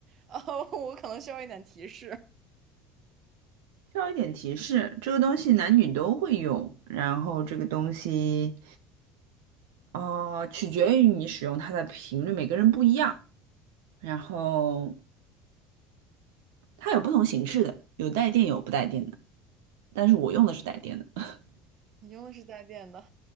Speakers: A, on the right; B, on the right.
A: 呃，<laughs> 我可能需要一点提示。
B: 需要一点提示，这个东西男女都会用，然后这个东西，哦，取决于你使用它的频率，每个人不一样，然后它有不同形式的，有带电有不带电的，但是我用的是带电的，<laughs>
A: 你用的是带电的，